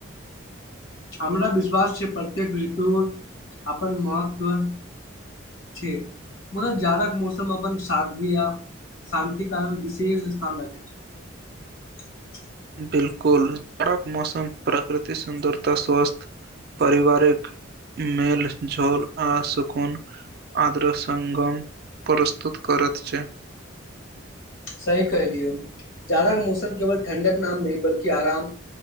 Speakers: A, on the left; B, on the right.
A: हमरा विश्वास छै प्रत्येक ऋतु अपन महत्व छै मुदा जाड़क मौसम अपन सादगी य शान्तिक कारण विशेष स्थान रखै छै।
B: बिल्कुल जाड़क मौसम प्रकृतिक सुन्दरता स्वस्थ पारिवारिक मेेल-झोल आ सुकून आर्द्र संगम प्रस्तुत करैत छै।
A: सही कहऽ लियौ, जाड़क मौसम केवल ठण्डक नाम नहि बल्कि आराम